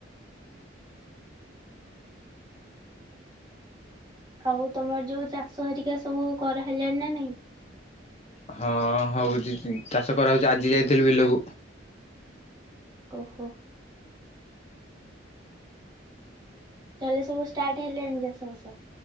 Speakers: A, on the right (about 20°); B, on the left (about 35°).
A: ଆଉ ତମର ଯୋଉ ଚାଷ ହେରିକା ସବୁ କରାହେଲାଣି ନା ନାଇଁ?
B: ହଁ ହଉଛି ଚାଷ କରାହଉଛି, ଆଜି ଯାଇଥିଲି ବିଲକୁ।
A: ଓହୋ! ତାହଲେ ସବୁ ଷ୍ଟାର୍ଟ ହେଲାଣି ଚାଷ ବାଷ?